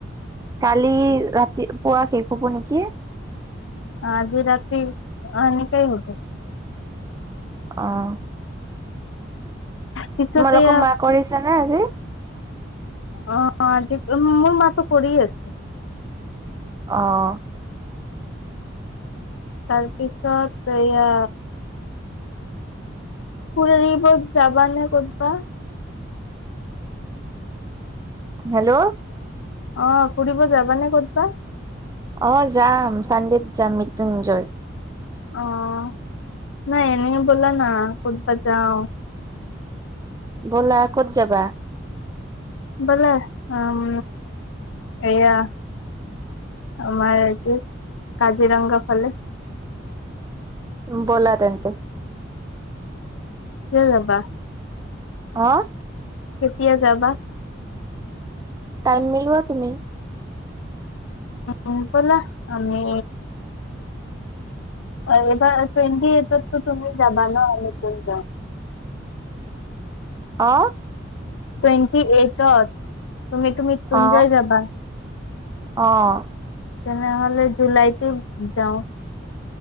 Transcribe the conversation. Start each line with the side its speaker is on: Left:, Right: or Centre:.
Right: কালি ৰাতি পুৱা শেষ হ'ব নেকি?
Left: আজি ৰাতি এনেকাই হ'ব।
Right: অ'।
Left: পিছত
Right: তোমালোকৰ
Left: এয়া
Right: মা কৰিছে নে আজি?
Left: অ', আজি মোৰ মাতো কৰি আছ
Right: অহ।
Left: তাৰপিছত এয়া ফুৰৰিব যাবা নে ক'তবা?
Right: হেল্ল'।
Left: অ', ফুৰিব যাবানে ক'তবা?
Right: অ', যাম, চানডেত যাম মৃত্যুঞ্জয়।
Left: অ', নাই এনে ব'ল না কুতবা যাওঁ।
Right: ব'লা, ক'ত যাবা?
Left: ব'লা আম, এয়া আমাৰ কি কাজিৰঙগা ফালে।
Right: নো ব'লা তেন্তে।
Left: কিয় যাবা?
Right: অ'।
Left: কেতিয়া যাবা?
Right: টাইম মিলোৱা তুমি।
Left: উম, ব'লা আমি আহিবা টুৱেন্টি এইটতো তুমি যাবা ন' মৃত্যুঞ্জয়।
Right: অ'।
Left: টুৱেণ্টি এইটত তুমিটো মৃত্যুঞ্জয়
Right: অ
Left: যাবা।
Right: অ'।
Left: তেনেহ'লে জুলাইতে যাওঁ।